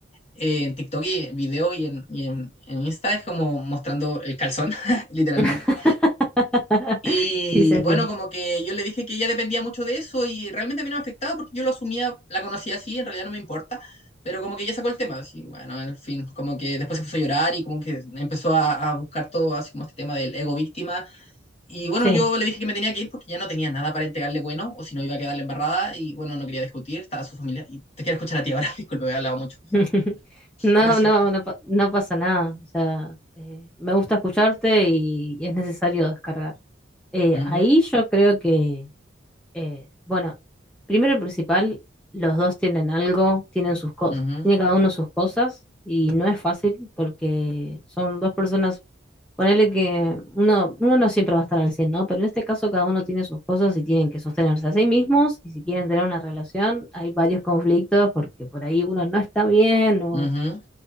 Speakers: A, on the left; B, in the centre.
A: eh, en TikTok y video y en, y en, en Insta es como mostrando el calzón, <laughs> literalmente.
B: <laughs>
A: Y
B: Sí, se entiende.
A: bueno, como que yo le dije que ella dependía mucho de eso y realmente a mí no me afectaba porque yo lo asumía, la conocía así, en realidad no me importa, pero como que ella sacó el tema, así, bueno, en fin, como que después se puso a llorar y como que empezó a, a buscar todo, así como este tema del ego víctima. Y bueno,
B: Sí.
A: yo le dije que me tenía que ir porque ya no tenía nada para entregarle bueno o si no iba a quedarle embarrada y bueno, no quería discutir, estaba su familia. Y te quiero escuchar a ti ahora, <laughs> disculpe, he hablado mucho.
B: <laughs> No,
A: Gracias.
B: no, no, pa- no pasa nada. O sea, eh, me gusta escucharte y y es necesario descargar. Eh,
A: mhm
B: ahí yo creo que, eh, bueno, primero y principal, los dos tienen algo, tienen sus cosas,
A: mhm
B: tiene cada uno sus cosas y no es fácil porque son dos personas, ponele que uno, uno no siempre va a estar al 100, ¿no? Pero en este caso cada uno tiene sus cosas y tienen que sostenerse a sí mismos y si quieren tener una relación hay varios conflictos porque por ahí uno no está bien o,
A: mhm